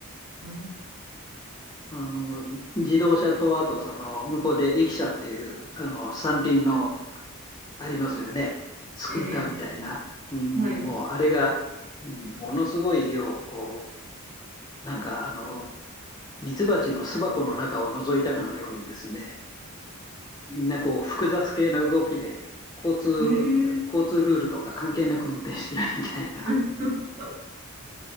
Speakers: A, on the right (about 35°); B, on the left (about 20°).
A: うん、
B: あの、自動車と、あとその、向こうで力車っていう、あの、三輪のありますよね、スクーターみたいな。
A: え
B: うん、
A: えはい。
B: もうあれが、うんものすごい量、こう、なんかあの、ミツバチの巣箱の中を覗いたかのようにですね、みんなこう複雑系な動きで、交通、
A: ええ
B: 交通ルールとか関係なく運転してるみたいな。
A: <laughs>